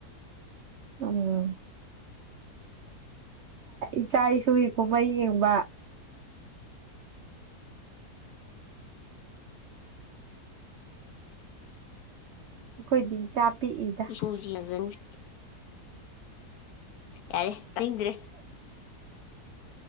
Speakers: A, on the right (about 75°); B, on the left (about 75°).
A: ꯎꯝ ꯏꯆꯥ ꯏꯁꯨꯒꯤ ꯀꯨꯝꯍꯩ ꯌꯦꯡꯕ ꯑꯩꯈꯣꯏꯗꯤ ꯏꯆꯥ ꯄꯤꯛꯏꯗ
B: ꯄꯖꯤ ꯂꯒꯅꯤ ꯌꯥꯔꯦ ꯇꯗ꯭ꯔꯦ